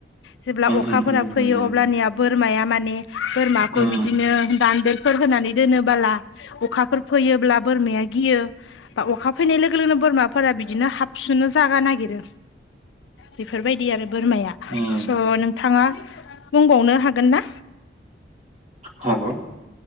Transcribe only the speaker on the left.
जेब्ला अखाफोरा
फैयो
अब्लानिया बोरमाया माने बोरमाखौ
बिदिनो <unintelligible> <unintelligible> फोर होनानै दोनोबाला अखाफोर फैयोब्ला बोरमाया गियो बा अखा फैनाय लोगो लोगोनो बोरमाफोरा बिदिनो हाबसोनो जागा नागिरो। बेफोरबायदि आरो बोरमाया।
स' नोंथाङा बुंबावनो हागोन ना?